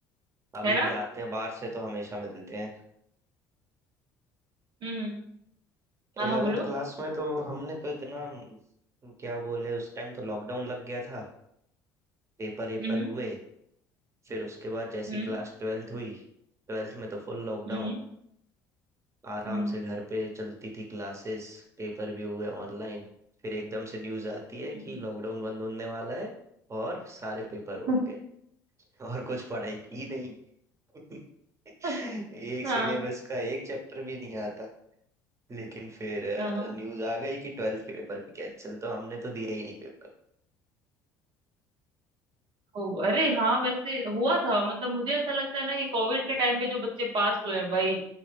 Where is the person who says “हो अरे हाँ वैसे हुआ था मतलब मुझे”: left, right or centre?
Right